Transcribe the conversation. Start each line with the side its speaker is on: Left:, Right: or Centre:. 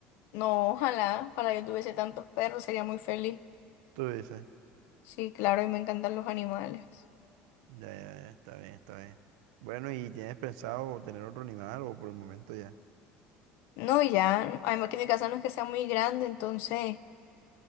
Left: no, ojalá, ojalá yo tuviese tantos perros, sería muy feliz.
Right: Tú dices,
Left: Sí, claro, y me encantan los animales.
Right: ya, ya, ya, está bien, está bien. Bueno, ¿y tienes pensado tener otro animal o por el momento ya?
Left: No, ya, además que mi casa no es que sea muy grande, entonces